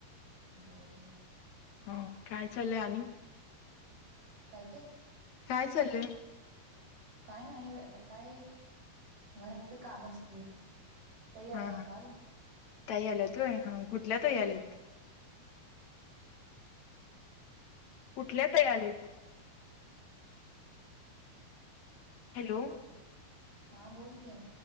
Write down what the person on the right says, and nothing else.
बरं बरं.
काय ते.
काय नाही बाई आता काय घरात ते कामच की. ताई आल्यात
काल
होय
हा बोल की